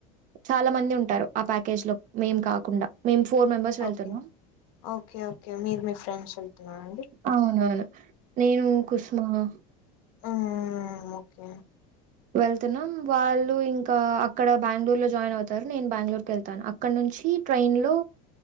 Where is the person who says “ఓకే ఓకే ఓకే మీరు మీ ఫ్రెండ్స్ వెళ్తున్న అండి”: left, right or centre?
Left